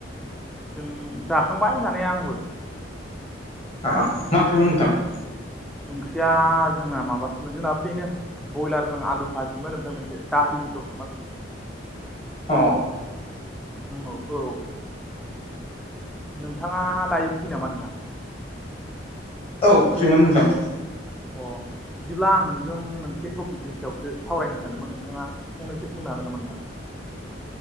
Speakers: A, in the centre; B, on the left (about 35°).
A: जों जाखांबाय जानाया आंबो।
B: ओ मा ओंख्रिमोन नोंथां?
A: ओंख्रिया जोंना माबासोमोन जोंनाबो बेनो बयलार जों आलु भाजिमोन ओमफ्राय मोनसे दालि जहलमोन।
B: अ'!
A: औ औ नोंथाङा दायो फ्रि नामा नोंथां?
B: औ फ्रिमोन नोंथां।
A: अ'! बिदिब्ला आं नोंजों मोनसे टपिकनि सायावसो सावरायनो सानदोंमोन नोंथाङा फंनैसो बुंनो हागोन नामा नोंथा? <unintelligible>